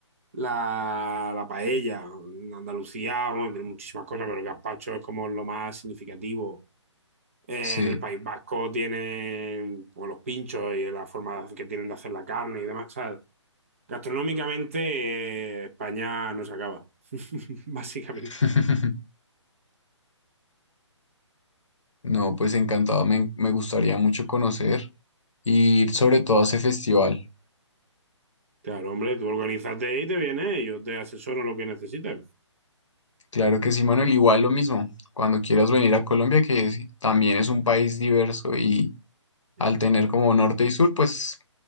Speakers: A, on the right (about 25°); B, on the left (about 75°).
A: la, la paella. En Andalucía, bueno, tienes muchísimas cosas, pero el gazpacho es como lo más significativo. Eh,
B: sí.
A: en el País Vasco tienen pues, los pinchos y la forma de hacer- que tienen de hacer la carne y demás. O sea, gastronómicamente, eh, España no se acaba, <laughs> básicamente.
B: <laughs> No, pues encantado, me, me gustaría mucho conocer y ir sobre todo a ese festival.
A: Claro, hombre, tú organízate y te vienes y yo te asesoro lo que necesites.
B: Claro que sí, Manuel, igual lo mismo. Cuando quieras venir a Colombia, que es- también es un país diverso y al
A: Mm.
B: tener como norte y sur, pues